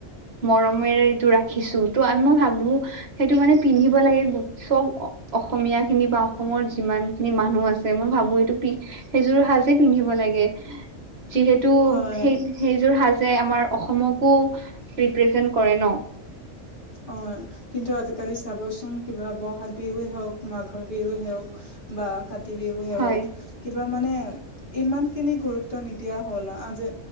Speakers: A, on the right; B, on the left.
A: মৰমেৰে এইটো ৰাখিছো ত' আমি মই ভাবো সেইটো মানে পিন্ধিব লাগে চব অসমীয়া খিনি বা অসমৰ যিমান খিনি মানুহ আছে মই ভাবো এইটো সেইযোৰ সাজ পিন্ধিব লাগে যিহেতু
B: হয়
A: সেই যোৰ সাজ যে আমাৰ অসমকো ৰিপ্ৰেজেণ্টেচন কৰে ন
B: অ', কিন্তু আজিকালি চাবচোন কিবা বহাগ বিহু হওক মাঘৰ বিহু হওক বা কাতি বিহুে
A: হয়
B: হওক কিবা মানে ইমান খিনি গুৰুত্ব নিদিয়া হল আজি